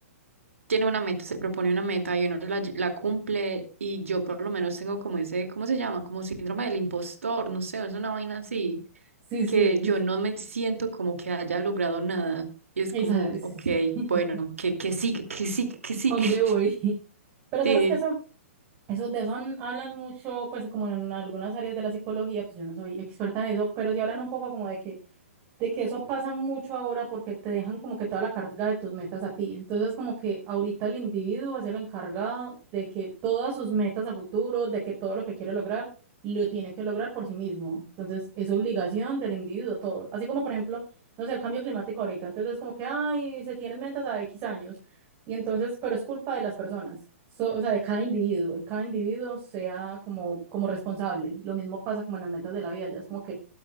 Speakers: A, on the right; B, on the right.
A: tiene una meta, se propone una meta y uno la, ll- la cumple y yo por lo menos tengo como ese, ¿cómo se llama? Como síndrome del impostor, no sé, es una vaina así,
B: Sí, sí,
A: que yo no me siento como que haya logrado nada.
B: <laughs>
A: Y es
B: esa,
A: como,
B: sí,
A: ok,
B: sí.
A: bueno,
B: <laughs>
A: que, que sigue, que sigue, que sigue.
B: ¿Para dónde
A: <laughs>
B: voy? <laughs> Pero sabes
A: Sí.
B: que eso, eso de eso han- hablan mucho, pues como en algunas áreas de la psicología, pues yo no soy experta en eso, pero sí hablan un poco como de que de que eso pasa mucho ahora porque te dejan como que toda la carga de tus metas a ti. Entonces, como que ahorita el individuo es el encargado de que todas sus metas a futuro, de que todo lo que quiere lograr, lo tiene que lograr por sí mismo. Entonces, es obligación del individuo todo. Así como, por ejemplo, no sé, el cambio climático ahorita. Entonces, es como que, ay, se tienen metas a X años. Y entonces, pero es culpa de las personas, so- o sea, de cada individuo, y cada individuo sea como, como responsable. Lo mismo pasa como en las metas de la vida, ya es como que